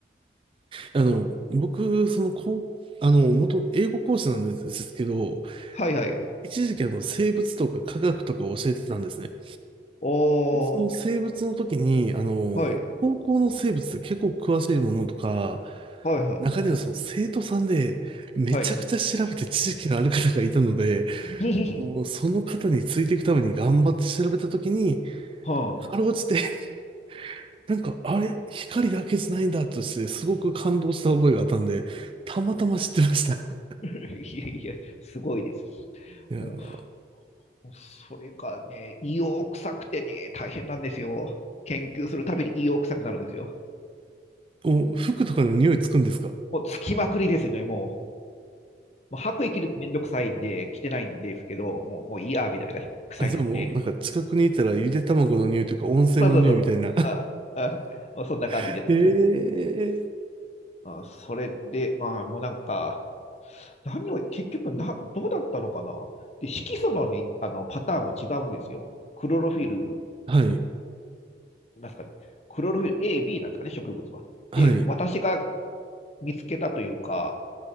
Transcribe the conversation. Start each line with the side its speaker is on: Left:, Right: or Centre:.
Right: あの、
Left: <laughs>
Right: 僕、その、こう、あの、元英語講師なんですけど、
Left: はいはい。
Right: 一時期あの、生物とか科学とかを教えてたんですね。
Left: おー、
Right: でその生物の時に、あの、
Left: はい、
Right: 高校の生物って結構詳しいものとか、
Left: はいはい、
Right: 中にはその生徒さんでめちゃくちゃ調べて知識のある方がいたので、
Left: はい。<laughs>
Right: もうその方についていくために頑張って調べたときに、
Left: はあ。
Right: かろうじて、<laughs> なんか、あれ、光だけじゃないんだとして、すごく感動した覚えがあったんで、たまたま知ってました。<laughs>
Left: <laughs> いやいや、すごいです。
Right: いやー、
Left: もう、もうそれがね、胃を臭くてね、大変なんですよ。研究するたびに胃を臭くなるんですよ。
Right: お、服とかにも匂いつくんですか
Left: もう、つきまくりですね、もう。もう白衣着るのめんどくさいんで、着てないんですけど、もう、もういいや、みたいな感じ、臭いですね。
Right: あ、じゃあもう、なんか近くにいたらゆで卵の匂いというか温泉の匂いみたいな。
Left: そうそうそう。ああ、ああそんな感じです。
Right: <laughs> ええー
Left: まあ、それで、まあ、もうなんか、何を、結局な、どうだったのかなで、色素のねあの、パターンも違うんですよ。クロロフィル、
Right: はい、
Left: なんすか、クロロフィル A、B なんですかね、植物は。
Right: はい。
Left: で、私が見つけたというか、